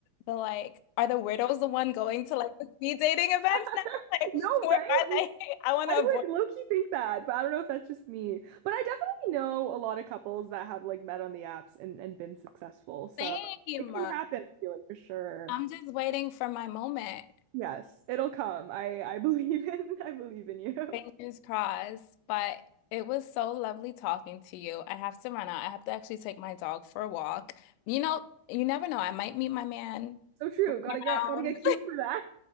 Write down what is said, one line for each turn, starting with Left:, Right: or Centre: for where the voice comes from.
Left: the like are the weirdos the one going to like the speed dating events
Right: <laughs>
Left: now? Like <laughs>
Right: No,
Left: where
Right: right?
Left: are they? I want
Right: I
Left: to avoid
Right: would low-key think that, but I don't know if that's just me. But I definitely know a lot of couples that have like met on the apps and, and been successful. So
Left: same.
Right: it can happen, I feel like for sure.
Left: I'm just waiting for my moment.
Right: Yes, it'll come. I I believe in <laughs> I believe in you.
Left: Fingers crossed, but it was so lovely talking to you. I have to run out. I have to actually take my dog for a walk. You know, you never know. I might meet my man.
Right: So true. Gotta get
Left: down.
Right: gotta get cute for that.